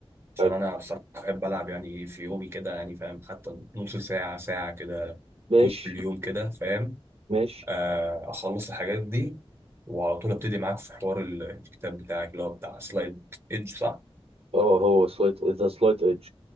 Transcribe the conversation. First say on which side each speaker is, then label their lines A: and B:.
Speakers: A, on the right; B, on the right.
A: عشان
B: حلو
A: انا بصراحه بحب العب يعني في يومي كده يعني فاهم حتى نص ساعه ساعه كده
B: ماشي
A: كل يوم كده فاهم
B: ماشي
A: آه، اخلص الحاجات دي وعلى طول ابتدي معاك في حوار ال- الكتاب بتاعك اللي هو بتاع سلايد ايدج صح
B: اه هو سلايت ذا سلايت ايدج